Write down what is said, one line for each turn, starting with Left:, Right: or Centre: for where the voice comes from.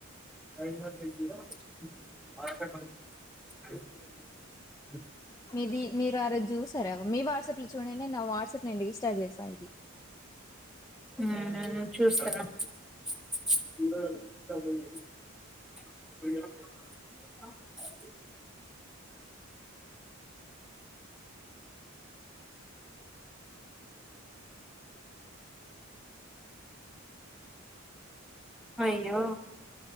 Centre: ఐదో పేజీలో మాటకను <unintelligible>
Left: మీది మీరు ఆరోజు చూసారా మీ వాట్సాప్ లో చూడండి నా వాట్సాప్ నేన్ రి స్టార్ట్ చేస్ పైది
Centre: ఊ చూస్తన కాబోర్డ్ ల వెట్టి నువ్ <unintelligible> అయ్యో